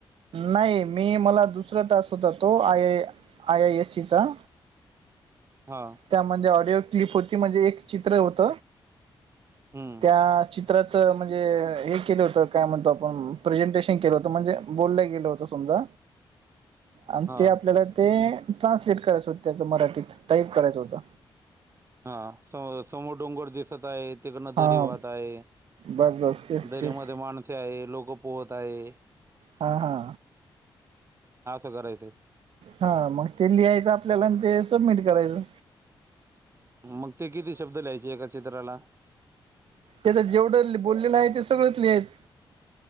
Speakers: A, on the right; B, on the right.
A: नाही मी मला दुसरा टास होततो आय आय एस सीचा
B: हा
A: त्या म्हणजे ऑडिओ क्लिप होती म्हणजे एक चित्र होत
B: हम्म
A: त्या चित च म्हणजे हे केलं होत काय म्हणतो आपण प्रेझेंटेशन केलं होतं म्हणजे बोललं गेलं होतं समजा
B: <inaudible>
A: आणि
B: हा
A: ते आपल्याला ते ट्रान्सलेट करायचं होत त्याचं मराठीत टाईप करायचं होतं
B: हा स समोर डोंगर दिसत आहे तिकडे नदेरी
A: हा
B: वाट आहे
A: बस बस तेच
B: दरीमध्ये
A: तेच
B: माणसे आहे लोक पोहत आहे
A: हा हा
B: आसं करायचं
A: हा मग ते लिहायचं आपल्याला आणि ते सबमिट करायचं
B: मग ते किती शब्द ल्यायचे एका चित्राला
A: ते आता जेवढं बोललेलं आहे ते सगळंच लिहायच